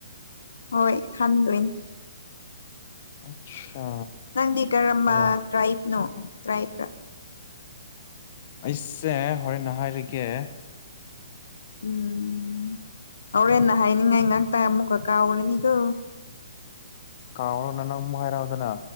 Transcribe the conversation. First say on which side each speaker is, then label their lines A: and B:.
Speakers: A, on the left; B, on the left.
A: ꯍꯣꯏ ꯈꯟꯗꯣꯏꯅꯤ
B: ꯑꯠꯆꯥ
A: ꯅꯪꯗꯤ ꯀꯔꯝꯕ
B: ꯑꯗꯨ
A: ꯇ꯭ꯔꯥꯏꯞꯅꯣ ꯇ꯭ꯔꯥꯏꯞ
B: ꯑꯩꯁꯦ ꯍꯣꯔꯦꯟꯦꯟ ꯍꯥꯏꯔꯒꯦ
A: ꯎꯝ ꯍꯣꯔꯦꯟꯅ ꯍꯥꯏꯅꯤꯡꯉꯥꯏ ꯉꯥꯛꯇ ꯑꯃꯨꯛꯀ ꯀꯥꯎꯔꯅꯤꯀꯣ
B: ꯀꯥꯎꯔꯣꯅ ꯅꯪ ꯑꯃꯨꯛ ꯍꯥꯏꯔꯛꯑꯣꯗꯅ